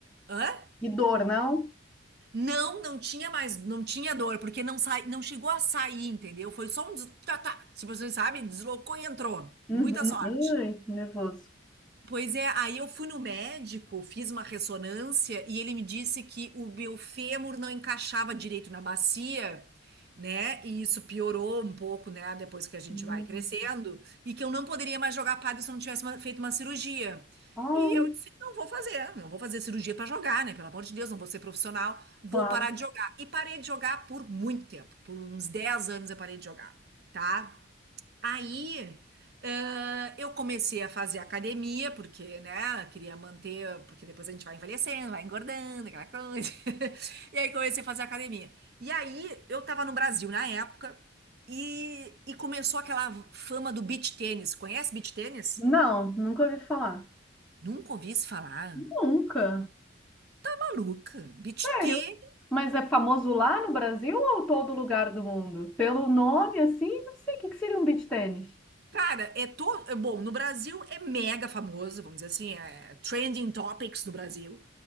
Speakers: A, on the right (about 50°); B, in the centre.
A: Hã?
B: E dor, não?
A: Não, não tinha mais, não tinha dor, porque não sai, não chegou a sair, entendeu? Foi só um, des- tá, tá, se vocês sabem, deslocou e entrou.
B: Uhum.
A: Muita sorte.
B: Ai, nervoso.
A: Pois é, aí eu fui no médico, fiz uma ressonância e ele me disse que o meu fêmur não encaixava direito na bacia, né? E isso piorou um pouco, né? Depois que a gente
B: Hum.
A: vai crescendo, e que eu não poderia mais jogar padel se eu não tivesse uma- feito uma cirurgia.
B: Ah,
A: E eu disse, não vou fazer, não vou fazer cirurgia pra jogar, né? Pelo amor de Deus, não vou ser profissional, vou
B: claro.
A: parar de jogar. E parei de jogar por muito tempo, por uns 10 anos eu parei de jogar, tá? Aí, ãh, eu comecei a fazer academia, porque, né, eu queria manter, porque depois a gente vai envelhecendo, vai engordando, aquela coisa. <laughs> E aí comecei a fazer academia. E aí, eu tava no Brasil na época, e, e começou aquela fama do beach tênis. Conhece beach tênis?
B: Não, nunca ouvi falar.
A: Nunca ouvi se falar.
B: Nunca.
A: Maluca, beach
B: Sério?
A: tênis.
B: Mas é famoso lá no Brasil ou todo lugar do mundo? Pelo nome, assim, não sei o que que seria um beach tênis.
A: Cara, é todo. Bom, no Brasil é mega famoso, vamos dizer assim, é trending topics no Brasil.